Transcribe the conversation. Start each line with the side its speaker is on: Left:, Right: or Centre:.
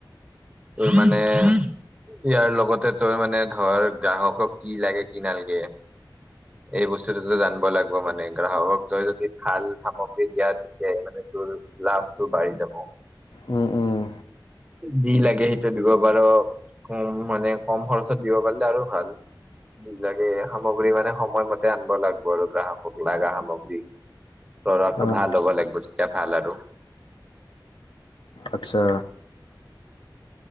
Right: তোৰ মানে? ইয়াৰ লগতে তোৰ মানে ধৰ, গ্ৰাহকক কি লাগে কি নালগে। এই বস্তুটোতো জান লাগব মানে গ্ৰাহক তই যদি ভাল সামগ্ৰী দিয়া তেতিয়া, মানে তোৰ লাভটো বাঢ়ি যাব। যাব।
Left: উম, উম।
Right: যি লাগে, সেইটো দিব পাৰো। কম মানে, কম খৰচত দিব পাৰিলে আৰু ভাল। <unintelligible> লাগে। সামগ্ৰী মানে সময়মতে আনব লাগব, আৰু গ্ৰাহকক লাগা সামগ্ৰী। প্ৰডাক্টটো
Left: অঁ
Right: হ'ব লাগব, তেতিয়া ভাল আৰু।
Left: আচ্ছা?